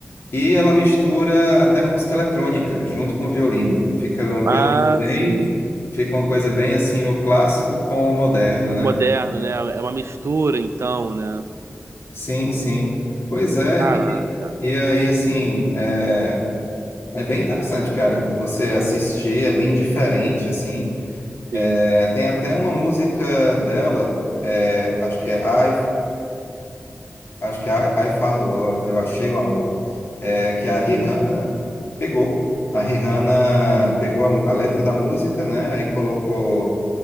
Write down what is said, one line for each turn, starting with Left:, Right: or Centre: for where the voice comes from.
Left: E ela mistura até música eletrônica junto com o violino. Fica uma
Right: Ah,
Left: coisa bem,
Right: sim.
Left: fica uma coisa bem assim o clássico com o moderno, né?
Right: Moderna, né? É uma mistura, então, né?
Left: Sim, sim. Pois é,
Right: Caraca,
Left: e, e aí assim, é, é bem interessante, cara, de você assistir, é bem diferente assim.
Right: sim.
Left: É, tem até uma música dela, é, acho que é I, acho que é I, I Found Love, Eu Achei o Amor, é, que a
Right: Uhum.
Left: Rihanna pegou. A Rihanna pegou a, mu- a letra da música, né? Aí colocou